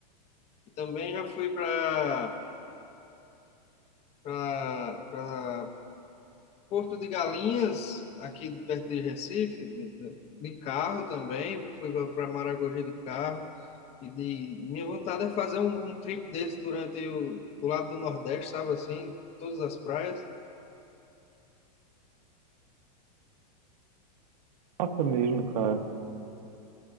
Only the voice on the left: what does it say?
E também já fui para para Porto de Galinhas, aqui perto de Recife, de, de de carro também. Fui para Maragogi de carro. E de, minha vontade é fazer um, um trip desse durante o, do lado do Nordeste, sabe assim, todas as praias.